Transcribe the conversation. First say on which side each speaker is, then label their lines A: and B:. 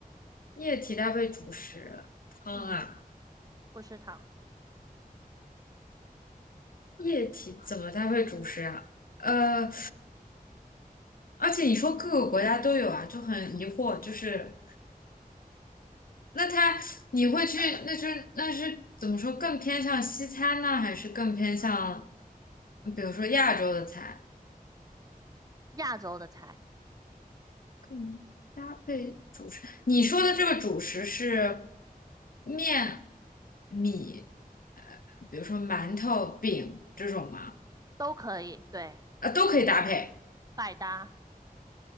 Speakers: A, on the left (about 65°); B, on the right (about 25°).
A: 液体搭配主食，汤啊，
B: 嗯，不是糖，
A: 液体怎么搭配主食啊？呃，而且你说各个国家都有啊，就很疑惑，就是那它你会去，那就是那是怎么说，更偏向西餐呢，还是更偏向，比如说亚洲的菜？
B: 亚洲的菜
A: 更搭配你说的这个主食是面、米，呃，比如说馒头、饼这种吗？
B: 都可以，对，
A: 啊，都可以搭配
B: 百搭。